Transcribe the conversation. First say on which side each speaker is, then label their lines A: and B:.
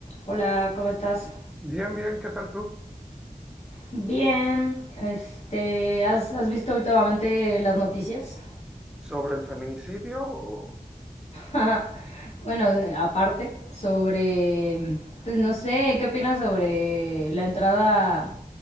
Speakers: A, on the left; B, in the centre.
A: Hola, ¿cómo estás?
B: Bien, bien, ¿qué tal tú?
A: Bien, este, ¿has, has visto últimamente las noticias?
B: ¿Sobre el feminicidio o...
A: <laughs> Bueno, de- aparte, sobre, pues no sé, ¿qué opinas sobre la entrada